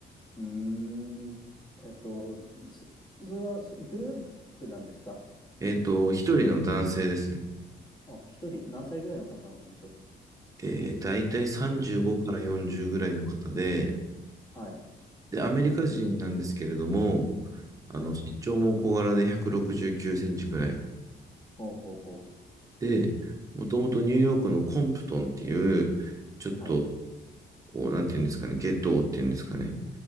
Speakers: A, on the left; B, on the right.
A: ーん。えっと、そ、それはそグループなんですか
B: えっと、一人の男性ですね。
A: あ、一人、何歳ぐらいの方なんでしょう
B: えー、だいたい35から40ぐらいの方で、
A: かはい。
B: で、アメリカ人なんですけれども、あの、
A: はい。
B: 身長も小柄で169センチぐらい。
A: ほうほうほう。
B: で、もともとニューヨークのコンプトンっていう、ちょっと、
A: はい。
B: こう、なんていうんですかね、ゲットーっていうんですかね、